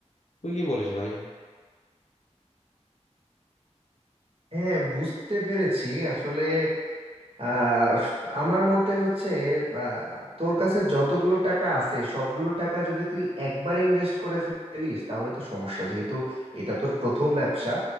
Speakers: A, on the left; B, on the right.
A: তুই কি বলিস ভাই
B: হ্যাঁ বুঝতে পেরেছি আসলে আর আমার মতে হচ্ছে বা, তোর কাছে যতগুলো টাকা আছে সবগুলো টাকা যদি তুই একবার ইনভেস্ট করে ফেলিস তাহলে তো সমস্যা যেহেতু এটা তোর প্রথম ব্যবসা